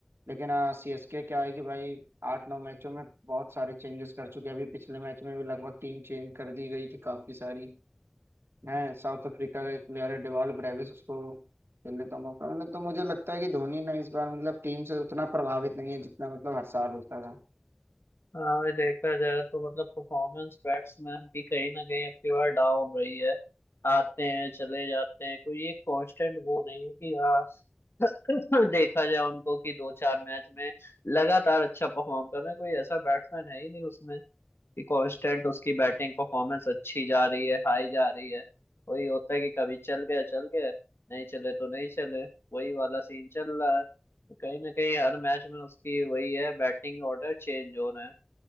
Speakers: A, on the right; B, on the left.
A: लेकिन सी एस के क्या है कि भाई आठ नौ मैचों में बहुत सारे चेंजेस कर चुके हैं अभी पिछले मैच में भी लगभग टीम चेंज कर दी गई थी काफी सारी हैं साउथ अफ्रीका का एक प्लेयर है डेवाल्ड ब्रेविस उसको खेलने का मौका मतलब तो मुझे लगता है कि धोनी ना इस बार मतलब टीम से उतना प्रभावित नहीं है जितना मतलब हर साल होता था
B: हाँ भाई देखा जाए तो मतलब परफॉर्मेंस बैट्समैन की कहीं ना कहीं अब की बार डाउन रही है आते हैं चले जाते हैं कोई एक कांस्टेंट वो नहीं है कि हाँ <laughs> देखा जाए उनको कि दो चार मैच में लगातार अच्छा परफॉर्म कर रहे हैं कोई ऐसा बैट्समैन है ही नहीं उसमें कि कांस्टेंट उसकी बैटिंग परफॉर्मेंस अच्छी जा रही है हाई जा रही है वही होता है कि कभी चल गए चल गए नहीं चले तो नहीं चले वही वाला सीन चल रहा है तो कहीं ना कहीं हर मैच में उसकी वही है बैटिंग ऑर्डर चेंज हो रहे हैं